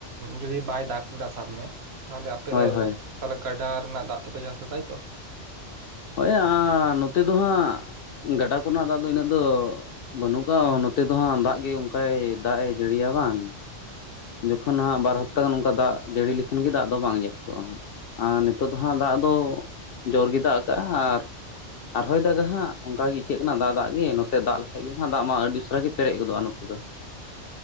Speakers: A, on the right; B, on the left.
A: ᱡᱩᱫᱤ ᱵᱟᱭ ᱫᱟᱜ ᱠᱮᱫᱟ ᱥᱟᱵ ᱢᱮ ᱛᱟᱦᱚᱞᱮ ᱟᱯᱮ
B: ᱦᱳᱭ
A: ᱫᱚ
B: ᱦᱳᱭ
A: ᱛᱟᱦᱚᱞᱮ ᱜᱟᱰᱟ ᱨᱮᱱᱟᱜ ᱫᱟᱜ ᱛᱮᱯᱮ ᱪᱟᱥ ᱟ ᱛᱟᱭ ᱛᱚ
B: ᱦᱳᱭ ᱱᱚᱛᱮ ᱫᱚ ᱦᱟᱸᱜ ᱜᱟᱰᱟ ᱠᱚ ᱨᱮᱱᱟᱜ ᱫᱟᱜ ᱫᱚ ᱤᱱᱟᱹᱜ ᱫᱚ ᱵᱟᱹᱱᱩᱜ ᱠᱟ ᱱᱚᱛᱮ ᱫᱚ ᱦᱟᱸᱜ ᱫᱟᱜ ᱜᱮ ᱚᱱᱠᱟᱭ ᱫᱟᱜ ᱮ ᱡᱟᱹᱲᱤᱭᱟ ᱵᱟᱝ ᱡᱚᱠᱷᱚᱱ ᱦᱟᱸᱜ ᱵᱟᱨ ᱦᱟᱯᱛᱟ ᱜᱟᱱ ᱚᱱᱠᱟ ᱫᱟᱜ ᱡᱟᱹᱲᱤ ᱞᱮᱠᱷᱟᱱ ᱜᱮ ᱫᱟᱜ ᱫᱚ ᱵᱟᱝ ᱦᱟᱜ ᱟᱨ ᱱᱤᱛᱚᱜ ᱫᱚ ᱦᱟᱸᱜ ᱫᱟᱜ ᱫᱚ ᱡᱚᱨ ᱜᱮ ᱫᱟᱜ ᱠᱟᱜ-ᱟ ᱟᱨ ᱟᱨ ᱦᱚᱭ ᱫᱟᱜ ᱟ ᱦᱟᱸᱜ ᱚᱱᱠᱟ ᱜᱮ ᱟᱹᱭᱠᱟᱹᱜ ᱠᱟᱱᱟ ᱫᱟᱜ ᱫᱟᱜ ᱜᱮ ᱱᱚᱛᱮ ᱫᱟᱜ ᱞᱮᱠᱷᱟᱡ ᱜᱮ ᱦᱟᱜ ᱫᱟᱜ ᱢᱟ ᱟᱹᱰᱤ ᱩᱥᱟᱹᱨᱟ ᱜᱮ ᱯᱮᱨᱮᱡ ᱜᱚᱫᱚᱜ-ᱟ ᱱᱚᱛᱮ ᱫᱚ᱾